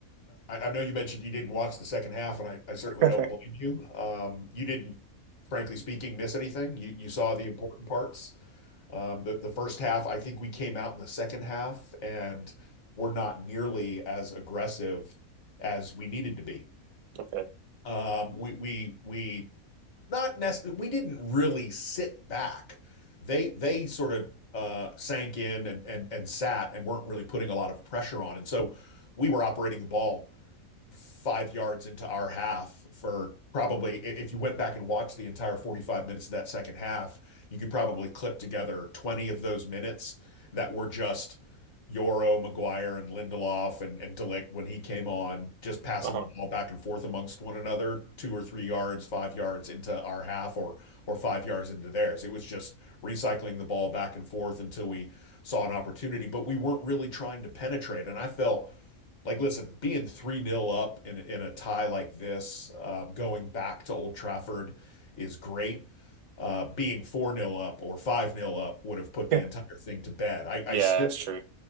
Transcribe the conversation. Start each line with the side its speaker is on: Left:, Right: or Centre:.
Left: I, I know you mentioned you didn't watch the second half, and I, I certainly
Right: <laughs>
Left: don't blame you. Um, you didn't, frankly speaking, miss anything. You, you saw the important parts. Um, the, the first half, I think we came out in the second half and were not nearly as aggressive as we needed to be.
Right: okay,
Left: Um, we we we not necessarily we didn't really sit back. They they sort of uh, sank in and and and sat and weren't really putting a lot of pressure on, and so we were operating the ball five yards into our half for probably, if you went back and watched the entire 45 minutes of that second half, you could probably clip together 20 of those minutes that were just Yoro, McGuire, and Lindelof and, and Delict when he came on, just passing
Right: uh-huh.
Left: the ball back and forth amongst one another, two or three yards, five yards into our half or or five yards into theirs. It was just recycling the ball back and forth until we saw an opportunity, but we weren't really trying to penetrate. And I felt like, listen, being 3 nil up in, in a tie like this, uh, going back to Old Trafford is great. Uh, being 4 nil up or 5 nil up would have put the
Right: yeah,
Left: entire thing to bed. I,
Right: yeah,
Left: I still,
Right: it's true.